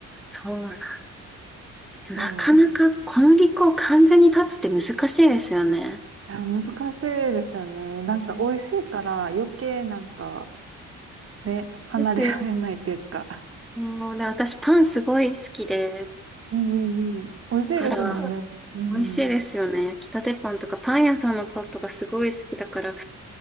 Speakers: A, in the centre; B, on the right (about 50°).
A: そうなんだ。なかなか小麦粉を完全に断つって難しいですよね。
B: そう。いや、難しいですよね。なんか美味しいから余計なんか
A: ね
B: ね、離れられないというか。
A: ですよ。もうね、私パンすごい好きで、
B: うんうんうん。美味しいですもんね。
A: だから、
B: うん。
A: 美味しいですよね。焼きたてパンとか、パン屋さんのパンとかすごい好きだから、